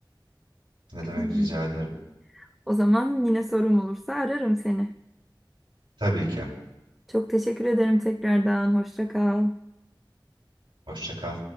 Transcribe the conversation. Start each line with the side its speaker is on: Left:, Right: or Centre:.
Right: Ne demek
Centre: Hmm.
Right: rica ederim.
Centre: O zaman yine sorum olursa ararım seni.
Right: Tabii ki.
Centre: Çok teşekkür ederim tekrardan. Hoşça kal.
Right: Hoşça kal.